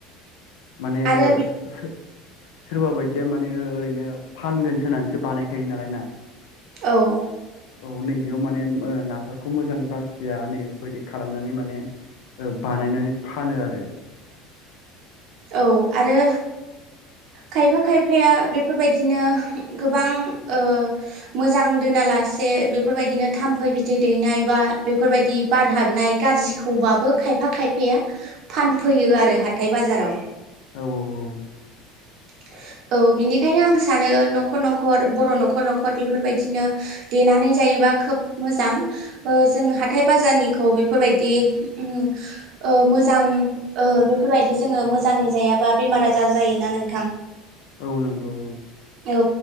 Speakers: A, on the left; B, on the right.
A: माने
B: आरो
A: ओ
B: बि
A: सो सोरबा बायदिया माने ओरैनो फानगोनस होनानैसो बानायखायो नालाय ना?
B: औ
A: औ नैबेयाव माने ओ नाफोरखौ मोजां बासिया नै इफोरबायदि खालामनानै माने ओ बानायनानै फानो आरो।
B: औ आरो खायफा खायफाया बेफोर बायदिनो गोबां ओ मोजां दोना ला से बेफोरबायदिनो थाम्फै बिदै दैनाय बा बेफोरबायदि बार हाबनाय गाज्रिखौबाबो खायफा खायफाया फानफैयो आरो हाथाय बाजाराव।
A: औ औ औ।
B: <inaudible> औ बिनिखायनो आं सानो ओ न'खर न'खर बर' न'खर न'खर बेफोरबायदिनो देनानै जायो बा खोब मोजां ओ जों हाथाय बाजारनिखौ बेफोरबायदि उम ओ मोजां ओ बेफोरबायदि जोङो मोजाङै जायाबा बेमार आजार जायोना नों
A: औ नंगौ औ।
B: औ